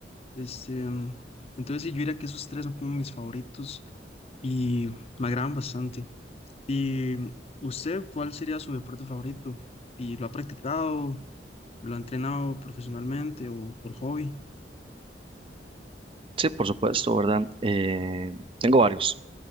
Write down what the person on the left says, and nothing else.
este, mm, entonces sí, yo diría que esos tres son como mis favoritos y me agradan bastante. ¿Y mm, usted cuál sería su deporte favorito? ¿Y lo ha practicado? ¿Lo ha entrenado profesionalmente o por hobby?